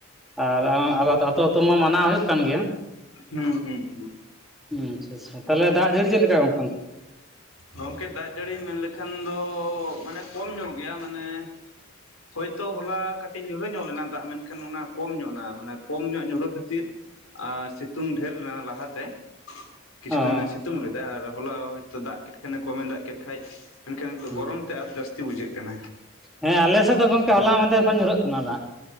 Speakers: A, in the centre; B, on the left.
A: ᱟᱨ <unintelligible> ᱛᱚ ᱢᱟ ᱢᱟᱱᱟᱣ ᱦᱩᱭᱩᱜ ᱠᱟᱱ ᱜᱮᱭᱟ ᱾
B: ᱦᱩᱸ ᱦᱩᱸ ᱦᱩᱸ ᱾
A: ᱟᱪᱪᱷᱟ ᱟᱪᱪᱷᱟ ᱛᱟᱦᱚᱞᱮ ᱫᱟᱜ ᱡᱟᱹᱲᱤ ᱪᱮᱫ ᱞᱮᱠᱟ ᱜᱚᱢᱠᱮ?
B: ᱜᱚᱝᱠᱮ ᱫᱟᱜ ᱡᱟᱹᱲᱤ ᱢᱮᱱ ᱞᱮᱠᱷᱟᱱ ᱫᱚ ᱢᱟᱱᱮ ᱠᱚᱢ ᱧᱚᱜ ᱜᱮᱭᱟ ᱢᱟᱱᱮ ᱦᱚᱭᱛᱚ ᱦᱚᱞᱟ ᱠᱟᱹᱴᱤᱡ ᱧᱩᱨᱦᱟᱹ ᱧᱚᱜ ᱞᱮᱱᱟ ᱫᱟᱜ ᱢᱮᱱᱠᱷᱟᱱ ᱚᱱᱟ ᱠᱚᱢ ᱧᱚᱜ ᱮᱱᱟ ᱢᱟᱱᱮ ᱠᱚᱢ ᱧᱚᱜ ᱧᱩᱨᱦᱟᱹ ᱠᱷᱟᱹᱛᱤᱨ ᱟᱨ ᱥᱤᱛᱩᱝ ᱰᱷᱮᱨ ᱞᱮᱱᱟ ᱞᱟᱦᱟᱛᱮ ᱠᱤᱪᱷᱩ
A: ᱚ
B: ᱫᱤᱱ ᱮ ᱥᱤᱛᱩᱝ ᱞᱮᱫᱟ ᱟᱨ ᱦᱚᱞᱟ ᱦᱚᱭᱛᱚ ᱫᱟᱜ ᱠᱮᱫ ᱠᱷᱟᱱᱮ ᱠᱚᱢᱮ ᱫᱟᱜ ᱠᱮᱫ ᱠᱷᱟᱱ ᱢᱮᱱᱠᱷᱟᱱ
A: ᱚ
B: ᱜᱚᱨᱚᱢ ᱛᱮ ᱟᱨ ᱡᱟᱹᱥᱛᱤ ᱵᱩᱡᱷᱟᱹᱜ ᱠᱟᱱᱟ ᱾
A: ᱦᱮᱸ ᱟᱞᱮ ᱥᱮᱫ ᱫᱚ ᱜᱚᱢᱠᱮ ᱦᱚᱞᱟ ᱢᱟᱫᱷᱮᱨ ᱠᱷᱚᱱ ᱧᱩᱨᱦᱟᱹᱜ ᱠᱟᱱᱟ ᱫᱟᱜ ᱾